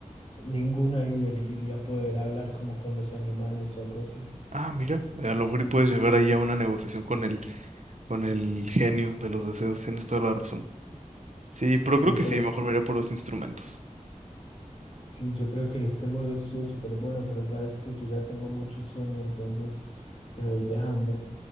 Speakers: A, on the left; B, on the right.
A: ninguna y elegiría poder hablar como con los animales o algo así.
B: Ah, mira. A lo mejor y puedes llegar ahí a una negociación con el, con el genio de los deseos. Tienes toda la razón. Sí, pero
A: Sí,
B: creo que
A: pero
B: sí,
A: s-
B: mejor me iré por los instrumentos.
A: sí, yo creo que este juego estuvo súper bueno, pero sabes que yo ya tengo mucho sueño, entonces te voy dejando.